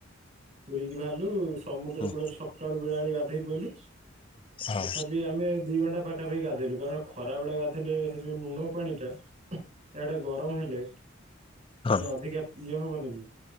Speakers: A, on the right (about 40°); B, on the left (about 25°).
A: ପୁୁରୀ କି ବାହାରିଲୁ ସମୁଦ୍ର
B: ହୁଁ
A: କୂଳରେ ସକାଳୁ ବେଳାବେଳୀ ଗାଧେଇ ପଇଲୁ।
B: ହଁ
A: ତଥାପି ଆମେ ଦି ଘଣ୍ଟା ପା ପାଖାପି ଗାଧେଇଲୁ, କାରଣ ଖରା ବେଳେ ଗାଧେଇଲେ ହେଯଉ ନୁଣ ପାଣି ଟା ୟାଡେ ଗରମ ହେଲେ,
B: ହଁ
A: ମାନେ ଅଧିକା ଇଏ ହବନି କି।